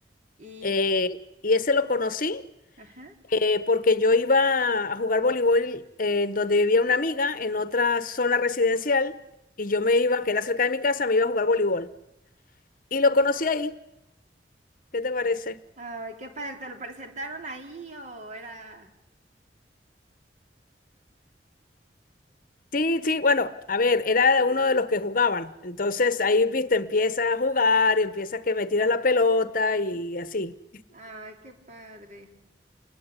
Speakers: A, on the right; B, on the left.
A: Y,
B: Eh, y ese lo conocí
A: ajá.
B: eh, porque yo iba a jugar voleibol eh, en donde vivía una amiga, en otra zona residencial, y yo me iba, que era cerca de mi casa, me iba a jugar voleibol. Y lo conocí ahí. ¿Qué te parece?
A: Ay, qué padre. ¿Te lo presentaron ahí o era?
B: Sí, sí, bueno, a ver, era uno de los que jugaban. Entonces ahí, viste, empieza a jugar, empieza que me tiras la pelota y así.
A: Ay, qué padre.